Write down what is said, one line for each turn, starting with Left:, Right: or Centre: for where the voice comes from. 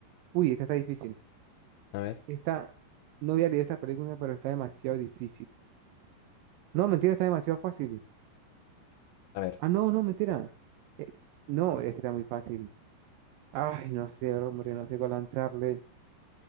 Right: Uy, esta está difícil.
Left: a ver,
Right: Esta, no había leído esta pregunta, pero está demasiado difícil. No, mentira, está demasiado fácil.
Left: a ver,
Right: Ah, no, no, mentira. Es- no, es que está muy fácil. Ay, no sé, hombre, no sé cuál lanzarle.